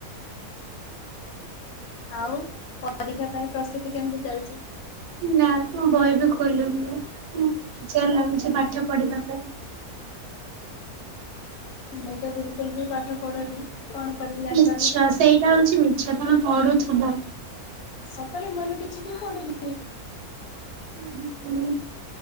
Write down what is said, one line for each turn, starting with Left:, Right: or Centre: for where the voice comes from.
Left: ଆଉ ପରୀକ୍ଷା ପାଇ ପ୍ରସ୍ତୁତି କେମତି ଚାଲିଚି?
Right: ନାଁ, ମୁଁ ବହି ବି ଖୋଲୁନି ବା। ମୁଁ ବିଜାର ଲାଗୁଛି ପାଠ ପଢିବା ପାଇଁ।
Left: ମୁଁ ତ ବିଲକୁଲ ବି ପାଠ ପଢୁନି। କଣ କରିବି ଜାଣିପାରୁନି
Right: ମିଛ, ସେଇଟା ହଉଛି ମିଛ ତମେ ପଢ଼ୁଥିବ।
Left: ସତରେ ମୁଁ ଏବେ କିଛି ବି ପଡୁନି।
Right: ଉଁ ଉଁ।